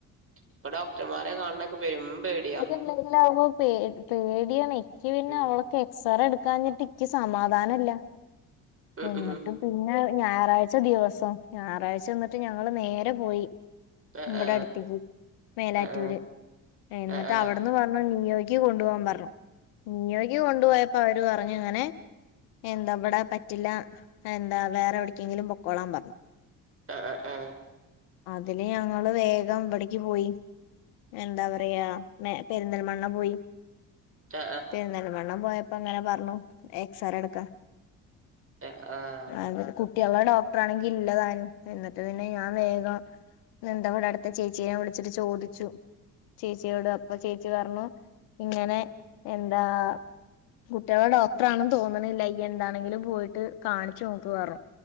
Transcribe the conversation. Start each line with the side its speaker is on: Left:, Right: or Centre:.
Right: ഇപ്പൊ ഡോക്ടർമാരെ കാണൊക്കെ പെരും പേടിയാ
Left: ല്ല ല്ലാവുമ്പ പേ പേടിയാണ് ക്കി പിന്നെ
Right: ഉം
Left: അവൾക്കെ എക്സറേ എട്ക്കാഞ്ഞിട്ട് ക്കി സമാധാനല്ല
Right: <inaudible> ഉം
Left: എന്ന്ട്ട്
Right: ഉം
Left: പിന്നെ ഞായറാഴ്ച ദിവസം ഞാറാഴ്ച ന്നിട്ട് ഞങ്ങള് നേരെ പോയീ
Right: അ ആ
Left: വടെ അട്ത്ത്ക്ക് മേലാറ്റൂര്
Right: അ ആ
Left: എന്നട്ട്
Right: അ ആ
Left: അവടെന്ന് പർണു നിയോയ്ക്കി കൊണ്ടു പോവാം പർഞ്ഞു നിയോയ്ക്കി കൊണ്ടു പോയപ്പോ അവര് പർഞ്ഞു ങ്ങനെ എന്താ വിടെ പറ്റില്ല എന്താ വേറെ എവിട്ക്കെങ്കിലും പൊക്കോളാം പറ്ഞ്ഞു
Right: ആഹ് ആഹ് ആഹ്
Left: അതില് ഞങ്ങള് വേഗം വിടെക്ക് പോയി എന്താ പറയാ മെ പെരിന്തൽമണ്ണ പോയി
Right: അ ആ
Left: പെര്ന്തൽമണ്ണ പോയപ്പോ ങ്ങനെ പറ്ഞ്ഞു എക്സറ എട്ക്കാൻ
Right: അ ആ
Left: ആഹ്
Right: അക്ഷരൊക്കെ
Left: കുട്ടിളെ ഡോക്ടറാണെങ്കിൽ ഇല്ലതാനും ന്നിട്ട് പിന്നെ ഞാൻ വേഗം ന്തവിടെ അട്ത്ത ചേച്ചീനെ വിളിച്ചിട്ട് ചോദിച്ചു ചേച്ചിയോട് അപ്പൊ ചേച്ചി പറ്ഞ്ഞു ഇങ്ങനെ എന്താ കുട്ട്യാളെ ഡോക്ടറണെന്ന് തോന്നിണില്ല യ്യ് എന്താണെങ്കിലും പോയിട്ട് കാണിച്ച് നോക്ക്ന്ന് പറ്ഞ്ഞു